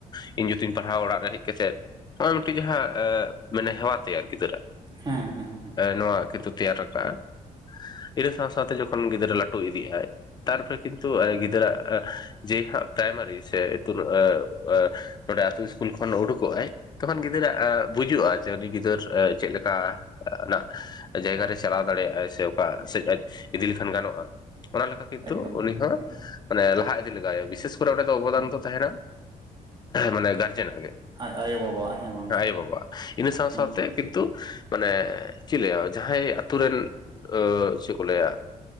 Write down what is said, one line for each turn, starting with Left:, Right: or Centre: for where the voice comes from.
Left: ᱤᱧ ᱭᱩ ᱛᱤᱧ ᱯᱟᱲᱦᱟᱣ ᱚᱲᱟᱜ ᱨᱮ ᱦᱮᱡ ᱠᱟᱛᱮ ᱱᱚᱜ-ᱚᱭ ᱢᱤᱫᱴᱮᱡ ᱡᱟᱦᱟᱸ ᱢᱟᱱᱮ ᱦᱮᱣᱟ ᱛᱟᱭᱟᱨ ᱜᱤᱫᱽᱨᱟ ᱟᱜ
Right: ᱦᱮᱸ ᱦᱮᱸ ᱦᱮᱸ
Left: ᱱᱚᱣᱟ ᱠᱤᱱᱛᱩ ᱛᱮᱭᱟᱨ ᱨᱟᱠᱟᱵᱟ, ᱤᱱᱟᱹ ᱥᱟᱶ ᱥᱟᱶᱛᱮ ᱡᱚᱠᱷᱚᱱ ᱜᱤᱫᱽᱨᱟᱹ ᱞᱟᱹᱴᱩ ᱤᱫᱤᱜ ᱟᱭ ᱛᱟᱨᱯᱚᱨᱮ ᱠᱤᱱᱛᱩ ᱜᱤᱫᱽᱨᱟᱜ ᱡᱮ ᱦᱟᱸᱜ ᱯᱨᱟᱭᱢᱟᱨᱤ ᱥᱮ ᱮᱛᱩᱱ <unintelligible> ᱱᱚᱰᱮ ᱟᱛᱩ ᱤᱥᱠᱤᱞ ᱠᱷᱚᱱ ᱩᱰᱩᱠᱚᱜ-ᱟ, ᱛᱚᱠᱷᱚᱱ ᱜᱤᱫᱟᱹᱨ ᱟᱜ ᱵᱩᱡᱩᱜ-ᱟ ᱡᱮ ᱩᱱᱤ ᱜᱤᱫᱟᱹᱨ ᱪᱮᱫ ᱞᱮᱠᱟ ᱵᱮᱱᱟᱜ-ᱟ ᱱᱟᱜ ᱾ ᱚᱠᱟ ᱡᱟᱭᱜᱟᱨᱮᱭ ᱪᱟᱞᱟᱣ ᱫᱟᱲᱮᱭᱟᱜ-ᱟᱭ ᱥᱮ ᱚᱠᱟ ᱥᱮᱫ ᱟᱡ ᱤᱫᱤ ᱞᱮᱠᱷᱟᱱ ᱜᱟᱱᱚᱜ-ᱟ᱾ ᱚᱱᱟ ᱞᱮᱠᱟ ᱠᱤᱱᱛᱩ
Right: ᱮᱠᱫᱚᱢ
Left: ᱩᱱᱤ
Right: ᱮᱠᱫᱚᱢ
Left: ᱦᱚᱸ
Right: ᱮᱠᱫᱚᱢ
Left: ᱢᱟᱱᱮ ᱞᱟᱦᱟ ᱤᱫᱤ ᱞᱟᱜᱟᱭᱟ, ᱵᱤᱥᱮᱥ ᱠᱚᱨᱮ ᱚᱸᱰᱮ ᱫᱚ ᱚᱵᱚᱫᱟᱱ
Right: ᱦᱮᱸ
Left: ᱫᱚ ᱛᱟᱦᱮᱱᱟ ᱢᱟᱱᱮ ᱜᱟᱨᱡᱮᱱ ᱟᱜ ᱜᱮ
Right: ᱟᱡ ᱟᱭᱳ ᱵᱟᱵᱟᱣᱟᱜ ᱦᱮᱸ ᱵᱟᱝ ᱥᱮ
Left: ᱟᱭᱳ ᱵᱟᱵᱟᱣᱟᱜ, ᱤᱱᱟᱹ ᱥᱟᱶ
Right: ᱦᱮᱸ
Left: ᱥᱟᱶᱛᱮ ᱠᱤᱱᱛᱩ ᱢᱟᱱᱮ ᱪᱮᱫ ᱞᱟᱹᱭᱟ, ᱡᱟᱦᱟᱸᱭ ᱟᱛᱳ ᱨᱮᱱ ᱪᱮᱫ ᱠᱚ ᱞᱟᱹᱭᱟ